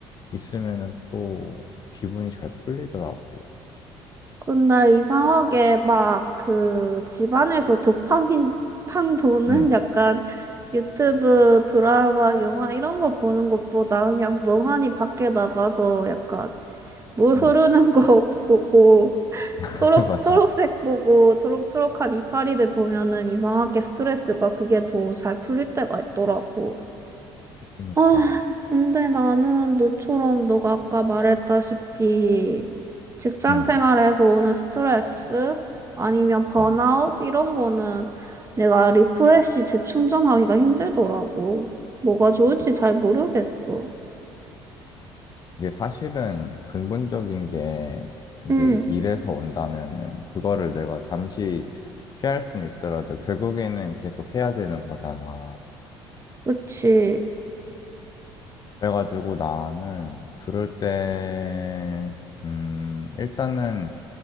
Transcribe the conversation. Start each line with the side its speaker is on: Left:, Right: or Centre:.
Left: 있으면은 또 기분이 잘 풀리더라고.
Right: 근데 이상하게 막 그 집안에서 도파민 팡 도는
Left: 응,
Right: 약간 유튜브 드라마, 영화 이런 거 보는 것보다 그냥 멍하니 밖에 나가서 약간 물 흐르는
Left: 응,
Right: 거 <laughs> 보고
Left: <laughs>
Right: 초록,
Left: 맞아.
Right: 초록색 보고 초록초록한 이파리들 보면은 이상하게 스트레스가 그게 더 잘 풀릴 때가 있더라고.
Left: 그러니까,
Right: 아, 근데 나는 너처럼 너가 아까 말했다시피 직장
Left: 응,
Right: 생활에서 오는 스트레스 아니면 번아웃
Left: 응.
Right: 이런 거는 내가 리프레시 재충전하기가 힘들더라고. 뭐가 좋을지
Left: 응.
Right: 잘 모르겠어.
Left: 이게 사실은 근본적인 게 이게
Right: 응,
Left: 일에서 온다면은 그거를 내가 잠시 피할 수는 있더라도 결국에는 계속 해야 되는 거잖아.
Right: 그치.
Left: 그래가지고 나는 그럴 때, 음, 일단은